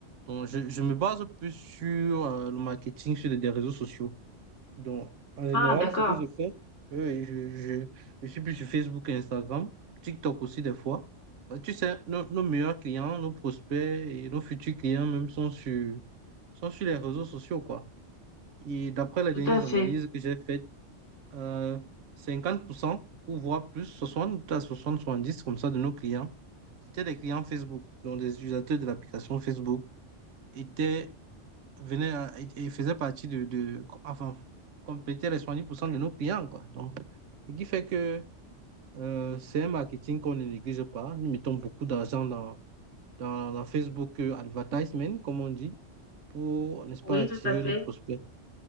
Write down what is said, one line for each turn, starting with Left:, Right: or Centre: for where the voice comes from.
Right: Donc, je, je me base plus sur euh, le marketing, sur les, des réseaux sociaux. Donc, en général,
Left: Ah, d'accord,
Right: ce que je fais, euh, je, je, je suis plus sur Facebook et Instagram, TikTok aussi des fois. Bah, tu sais, nos, nos meilleurs clients, nos prospects et nos futurs clients même sont sur, sont sur les réseaux sociaux, quoi. Et d'après les
Left: tout
Right: dernières
Left: à fait.
Right: analyses que j'ai faites, euh, 50% ou voire plus, 60 à soixante soixante dix comme ça de nos clients, c'était des clients Facebook, donc des utilisateurs de l'application Facebook, étaient, venaient à- et et faisaient partie de, de enfin, complétaient les 70% de nos clients, quoi. Donc, ce qui fait que euh, c'est un marketing qu'on ne néglige pas. Nous mettons beaucoup d'argent dans, dans, dans Facebook euh, Advertisement, comme on dit, pour, n'est-ce
Left: Oui,
Right: pas, attirer
Left: tout à fait.
Right: nos prospects.